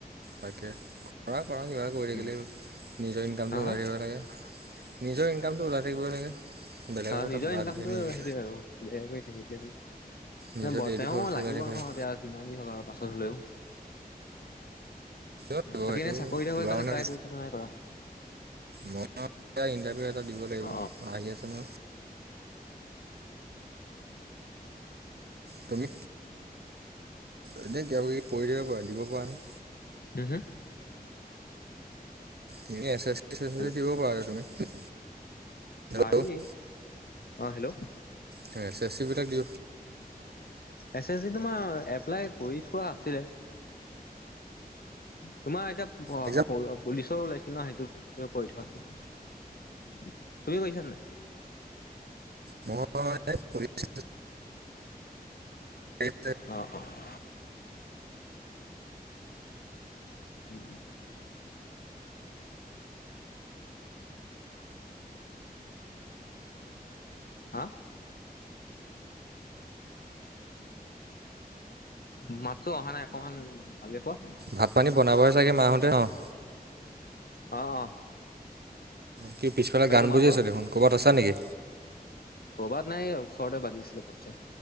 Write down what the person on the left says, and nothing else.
উম
হা
হা
অ,
নিজৰ
ইনকামটোৱে
সেইটোৱে আৰু বোই কৰি থাকে এতিয়া হ'ল।
নহব
তেওঁ
লাগিব
নহয়
এতিয়া যিমান য হওক আৰু পাছত হলেও।
বাকী এনে চাকৰিত হ
কাৰণে
ট্ৰাই কৰিছ ন' নাই কৰা।
অ
Home- home.
হেল্ল'
পাৰি অ, হেল্ল',
এছ এছ চি তোমাৰ এপ্লাই কৰি থোৱা আছে। তোমাৰ এতিয়া
পুলিচৰ ওলাইছিল ন সেইটো তুমি কৰি থোৱাচোন, তুমি কৰিছা নাই।
অ', অ', উম- উম। হা? মাততো অহা নাই অকমান ভালকে কোৱা।
অ', অ',
বাকী
তোমালোকৰ
ক'ৰবাত নাই ওচৰতে বাজি আছিলে ঘপচে।